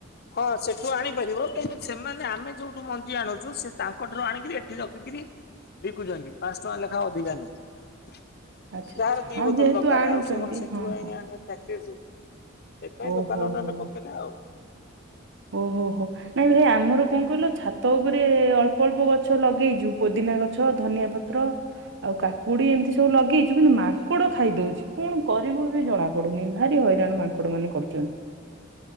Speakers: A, on the left; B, on the right.
A: ହଁ ସେଠୁ ଆଣିପାରିବ କିନ୍ତୁ ସେମାନେ ଆମେ ଯୋଉଠୁ ମ ଞ୍ଜି ଆଣୁଛୁ ସେ ତାଙ୍କଠାରୁ ଆଣିକିରି ଏଠି ରଖିକିରି ବିକୁଛନ୍ତି ପାଞ୍ଚ ଟଙ୍କା ଲେଖା ଅଧିକା ନେଇ।
B: ଆଚ୍ଛା
A: ଯାହାର
B: ଆଚ୍ଛା
A: ଦି
B: ହଁ
A: ବୋତଲ
B: ଯେହେତୁ
A: ଦରକାରେ
B: ଆଣୁଛନ୍ତି
A: ଆଉ ସେ କଣ ସେଠୁ
B: ହଁ
A: ଯାଇ
B: ହଁ
A: ଆଣିବେ। ପ୍ୟକେଜୁ ସେଥିପାଇଁ
B: ଓହୋ
A: ଦୋକାନ ନନେଲେ
B: ହୋ।
A: ପକେଇଲେ ଆଉ।
B: ଓହୋ ହୋ ହୋ। ନାଇଁ ଭାଇ ଆମର କଣ କହିଲ ଛାତ ଉପରେ ଅଳ୍ପ ଅଳ୍ପ ଗଛ ଲଗେଇଛୁ ପୋଦିନା ଗଛ, ଧନିଆ ପ ପ୍ର ଆଉ କାକୁଡି ଏମିତି ସବୁ ଲଗେଇଛୁ କିନ୍ତୁ ମାଙ୍କଡ ଖାଇ ଦଉଛି। କଣ କରିବୁ ବି ଜଣା ପଡୁନି ଭାରି ହଇରାଣ ମାଙ୍କଡ ମାନେ କରୁଛନ୍ତି।